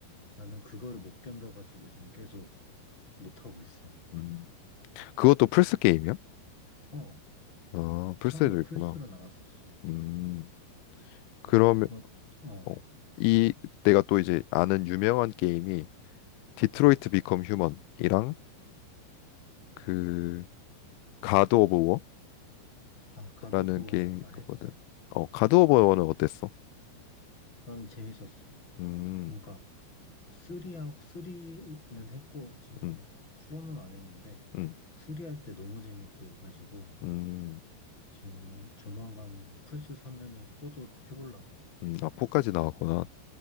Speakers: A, on the left; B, on the left.
A: 나는 그거를 못 견뎌가지고 지금 계속 못하고 있어.
B: 음. 그것도 플스 게임이야?
A: 어,
B: 아, 플스에도
A: 처음에 플스로
B: 있구나.
A: 나왔었어.
B: 음. 그러면
A: 아, 너, 어,
B: 어, 이 내가 또 이제 아는 유명한 게임이 디트로이트
A: 어.
B: 비컴 휴먼이랑 그 가드 오브
A: 아, 가도부어는나
B: 워라는 게임이거든.
A: 했어.
B: 어, 가드
A: 어.
B: 오브 워는 어땠어?
A: 난 재밌었어.
B: 음,
A: 그러니까 3하고 리는 했고 지금
B: 음,
A: 4는 안 했는데
B: 음,
A: 3 할 때 너무 재밌게 해가지고
B: 음,
A: 지금 조만간 플스 사면은 4도 해보려고.
B: 음, 아, 4까지 나왔구나.